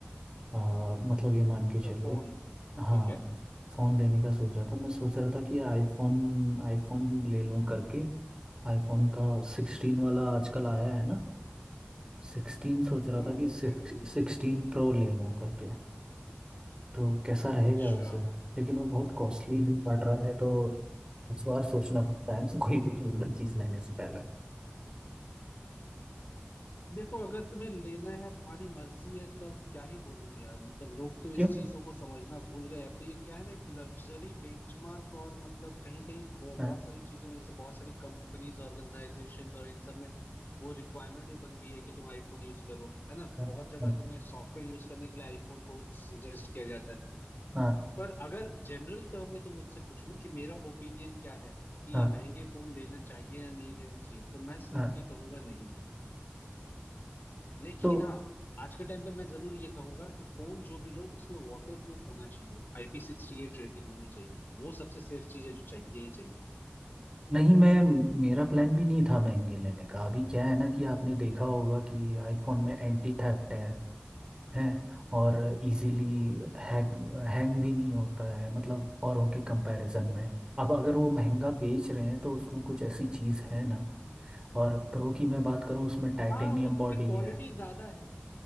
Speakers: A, on the right; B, on the left.
A: आ, मतलब ये मान के
B: अच्छा,
A: चलो
B: फोन
A: कि- हाँ
B: ठीक है
A: फ़ोन लेने का सोच रहा था मैं सोच
B: हाँ
A: रहा था कि आईफोन आईफोन ले लूँ करके आईफोन का सिक्सटीन वाला आजकल आया है ना सिक्सटीन सोच रहा
B: हम्म
A: था कि सिक्स
B: हम्म हम्म
A: सिक्सटीन प्रो ले लूँ करके तो कैसा रहेगा
B: अच्छा
A: वैसे लेकिन वो बहुत कॉस्टली भी पड़ रहा है तो इस बार सोचना पड़ता है कोई भी कीमती चीज़ लेने से पहले
B: देखो अगर तुम्हें लेना है तुम्हारी मर्जी है तो अब क्या ही बोलूं यार मतलब लोग तो इस
A: क्यों
B: चीजों को समझना भूल गए अब तो ये क्या है ना एक लग्जरी बेंचमार्क और मतलब कहीं कहीं वो
A: हाँ
B: बहुत सारी चीजों में जैसे बहुत सारी कंपनीज ऑर्गेनाइजेशन और इन सब में वो रिक्वायरमेंट भी बन गई है कि तुम आईफोन यूज करो है ना
A: हाँ
B: बहुत जगह
A: हाँ
B: तुम्हें सॉफ्टवेयर यूज करने के लिए आईफोन को सजेस्ट किया जाता है
A: हाँ
B: पर अगर जनरल टर्म में तुम मुझसे पूछो ना कि मेरा ओपिनियन क्या है कि
A: हाँ,
B: महंगे फोन लेना चाहिए या नहीं लेना चाहिए तो मैं सिंपली
A: हाँ।
B: कहूंगा नहीं लेकिन
A: तो
B: हाँ आज के टाइम पे मैं जरूर ये कहूंगा कि फोन जो भी लो उसमें वाटर प्रूफ होना चाहिए आईपी सिक्सटी एट रेटिंग होनी चाहिए वो सबसे सेफ चीज है जो चाहिए ही चाहिए
A: नहीं मैं मेरा प्लान भी नहीं था महंगे लेने का अभी क्या है ना कि आपने देखा
B: हम्म
A: होगा कि आईफोन में एंटी थेफ्ट है हैं और इजीली
B: हम्म,
A: हैंग हैंग भी नहीं होता है मतलब औरों के कंपैरिजन में अब अगर वो महंगा बेच रहे हैं तो उसमें
B: हम्म।
A: कुछ ऐसी चीज़ है ना और प्रो की मैं बात करूँ उसमें टाइटेनियम
B: हाँ उनकी
A: बॉडी
B: क्वालिटी
A: है
B: ज्यादा है